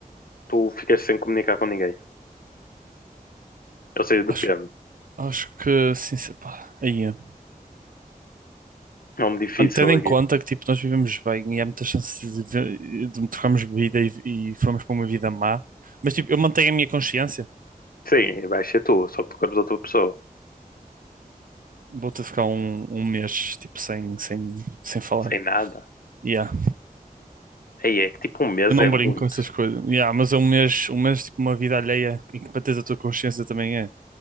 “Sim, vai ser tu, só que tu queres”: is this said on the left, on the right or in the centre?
Left